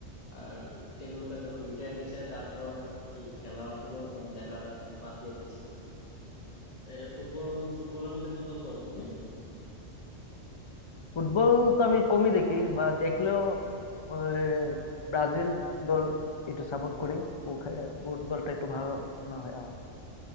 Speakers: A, on the left; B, on the left.
A: আর টেন্ডুলকার যখন রিটায়ার নিচ্ছে তারপর আর কি খেলাধুলো তেমন দেখা বাদ দিয়ে দিচ্ছি এ, ফুটবল ফুটবলের মধ্যে কোন দল করো তুমি
B: ফুটবল তো আমি কমই দেখি বা দেখলেও ওই ব্রাজিল দল একটু সাপোর্ট করি ও খে- ওর দলটা একটু ভালো না হয় আমার